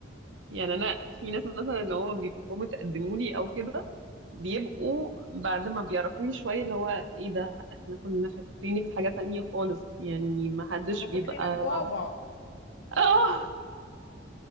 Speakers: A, on the right; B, on the left.
A: يعني انا في ناس مثلا اللي هو بيبقوا جم تقدموا لي او كده بيبقوا بعد ما بيعرفوني شويه اللي هو ايه ده احنا كنا فاكرينك حاجه تانية خالص يعني ما حدش
B: كنا فاكرينك
A: بيبقى
B: بعبع
A: اه